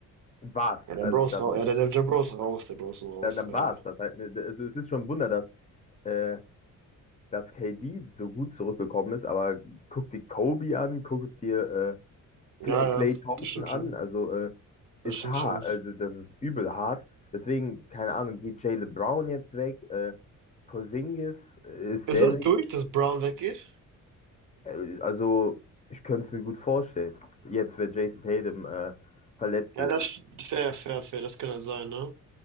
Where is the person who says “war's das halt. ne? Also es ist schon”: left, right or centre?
Left